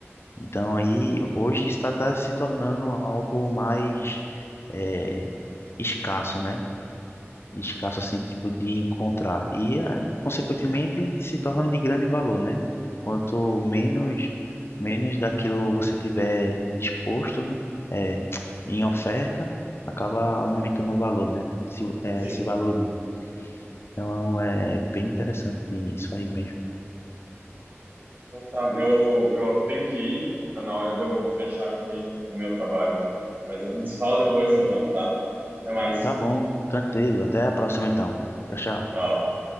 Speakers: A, on the left; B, on the right.
A: Então aí hoje está tá se tornando algo mais é, escasso, né? Escasso assim, tipo de encontrar. E aí, consequentemente se torna de grande valor, né? Quanto menos menos daquilo você tiver disposto, né? É, em oferta, acaba aumentando o valor, né? Se, é,
B: Sim.
A: se valoriza. Então é bem interessante isso aí mesmo.
B: Então tá, eu, eu tenho que ir, tá na hora de eu fechar aqui o meu trabalho. Mas a gente se fala depois, então, tá? Até mais.
A: Tá bom, tranquilo. Até a próxima então. Tchau, tchau.
B: Tchau.